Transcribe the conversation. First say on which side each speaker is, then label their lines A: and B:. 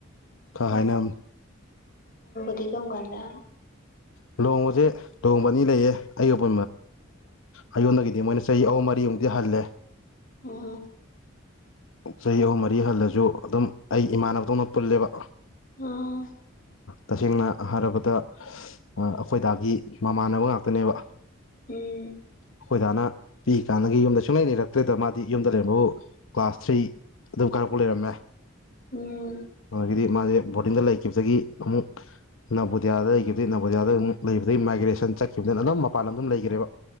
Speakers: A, on the left (about 75°); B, on the left (about 45°).
A: ꯈꯔ ꯍꯥꯏꯅꯔꯝꯅꯤ
B: ꯑ ꯀꯝꯒꯥꯟꯗ
A: ꯍ ꯂꯨꯍꯣꯡꯕꯁꯦ ꯂꯨꯍꯣꯡꯕ ꯑꯅꯤ ꯂꯩꯌꯦ ꯑꯌꯣꯄ ꯑꯩꯉꯣꯟꯗꯒꯤꯗꯤ ꯃꯣꯏꯅ ꯆꯍꯤ ꯑꯍꯨꯝ ꯃꯔꯤꯃꯨꯛꯇꯤ ꯈꯜꯂꯦ
B: ꯑ
A: ꯆꯍꯤ ꯑꯍꯨꯝ ꯃꯔꯤ ꯍꯜꯂꯁꯨ ꯑꯗꯨꯝ ꯑꯩ ꯏꯃꯥꯟꯅꯕꯗꯧꯅ ꯄꯨꯜꯂꯦꯕ
B: ꯑꯥ
A: ꯇꯁꯦꯡꯅ ꯍꯥꯏꯔꯕꯗ ꯑꯩꯈꯣꯏꯗꯥꯒꯤ ꯃꯥꯟꯅꯕ ꯉꯥꯛꯇꯅꯦꯕ
B: ꯎꯝ
A: ꯑꯈꫭꯏ ꯗꯥꯅ ꯄꯤꯛꯏ ꯀꯥꯟꯅꯗꯒꯤ ꯌꯨꯝꯗ ꯁꯨꯡꯂꯩ ꯂꯩꯔꯛꯇ꯭ꯔꯦꯗ ꯃꯥꯗꯤ ꯌꯨꯝꯗ ꯂꯩꯔꯝꯕꯕꯨ ꯀ꯭ꯂꯥꯁ ꯊ꯭ꯔꯤ ꯑꯗꯨ ꯀꯥꯔꯛꯄ ꯂꯩꯔꯝꯃꯦ
B: ꯎꯝ
A: ꯑꯗꯒꯤꯗꯤ ꯃꯥꯁꯦ ꯕꯣꯔꯗꯤꯡꯗ ꯂꯩꯈꯤꯕꯗꯒꯤ ꯑꯃꯨꯛ ꯅꯕꫭꯗꯤꯌꯥꯗ ꯂꯩꯈꯤꯕꯗꯒꯤ ꯅꯕꫭꯗꯤꯌꯥꯗ ꯑꯃꯨꯛ ꯂꯩꯕꯗꯒꯤ ꯃꯥꯏꯒ꯭ꯔꯦꯁꯟ ꯆꯠꯈꯤ ꯗꯨꯅ ꯗꯨꯝ ꯃꯄꯥꯟ ꯂꯝꯗ ꯗꯨꯝ ꯂꯩꯈ꯭ꯔꯦꯕ